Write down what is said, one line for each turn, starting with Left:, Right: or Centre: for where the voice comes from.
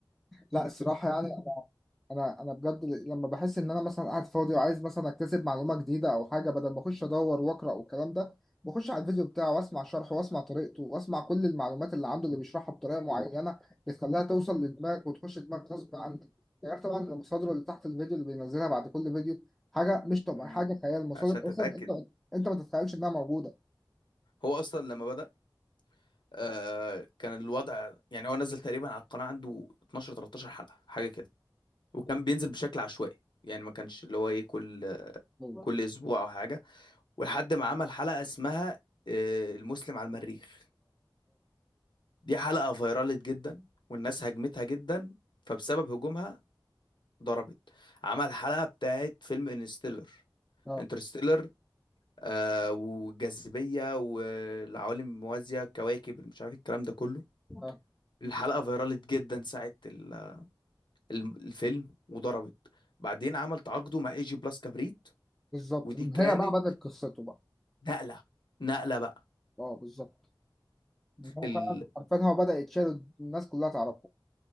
Centre: لا الصراحة يعني انا انا بجد لما بحس ان انا مثلا قاعد فاضي وعايز مثلا اكتسب معلومه جديده او حاجه بدل ما اخش ادور واقرا والكلام ده بخش على الفيديو بتاعه واسمع شرحه واسمع طريقته واسمع كل المعلومات اللي عنده اللي بيشرحها بطريقه معينه بتخليها توصل لدماغك وتخش دماغك غصب عنك يعني غير طبعا المصادر اللي تحت الفيديو اللي بينزلها بعد كل فيديو حاجه مش طبيعيه
Left: مم.
Centre: حاجه خيال مصادر
Left: عشان تتاكد
Centre: اصلا انت انت ما تتخيلش انها موجوده
Left: هو اصلا لما بدا آه كان الوضع يعني هو نزل تقريبا على القناه عنده 12 13 حلقه حاجه كده وكان بينزل بشكل عشوائي يعني ما كانش اللي هو ايه كل
Centre: اه
Left: كل اسبوع او حاجه ولحد ما عمل حلقة اسمها آه، المسلم على المريخ دي حلقة فيرالت جدا والناس هاجمتها جدا فبسبب هجومها ضربت عمل حلقة بتاعت فيلم انستيلر
Centre: اه
Left: انترستيلر آه والجاذبية والعوالم الموازية الكواكب مش عارف الكلام ده كله
Centre: اه
Left: الحلقة فيرالت جدا ساعة ال- الم- الفيلم وضربت بعدين عمل تعاقده مع اي جي بلاس كبريت
Centre: بالظبط
Left: ودي
Centre: من
Left: كانت
Centre: هنا بقى بدأت قصته بقى
Left: نقلة نقلة بقى
Centre: اه بالظبط من هنا
Left: ال-
Centre: فعلا حرفيا هو بدأ يتشال الناس كلها تعرفه